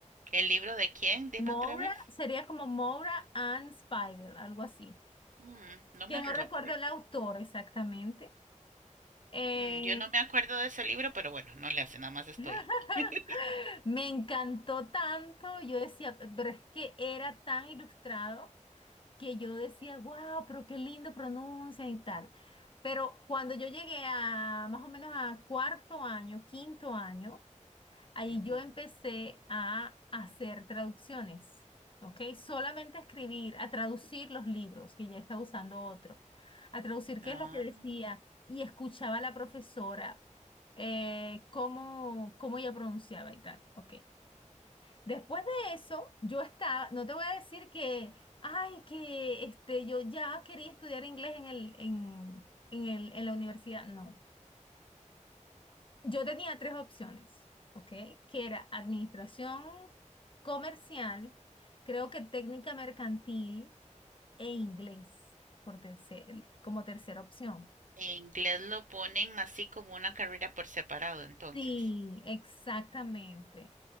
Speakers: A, on the right; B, on the left.
A: ¿El libro de quién? Dime
B: Moira
A: otra vez.
B: sería como Moira and Spider, algo así.
A: Mm, no
B: Que
A: me lo
B: no recuerdo
A: acuerdo.
B: el autor exactamente. Eh,
A: Mm, yo no me acuerdo de ese libro, pero bueno, no le hace, nada más estoy.
B: <laughs>
A: <laughs>
B: me encantó tanto, yo decía, pero es que era tan ilustrado que yo decía, wow, pero qué lindo pronuncia y tal. Pero cuando yo llegué a más o menos a cuarto año, quinto año, Ahí
A: Ujú.
B: yo empecé a hacer traducciones, ¿ok? Solamente a escribir, a traducir los libros, que ya estaba usando otro, a traducir qué
A: Ah.
B: es lo que decía y escuchaba a la profesora eh, cómo, cómo ella pronunciaba y tal, ¿ok? Después de eso, yo estaba, no te voy a decir que, ay, que este, yo ya quería estudiar inglés en el, en, en el, en la universidad, no. Yo tenía tres opciones, ¿ok? Que era administración comercial, creo que técnica mercantil e inglés por tercer, como tercera opción.
A: En inglés lo ponen así como una carrera por separado, entonces.
B: Sí, exactamente.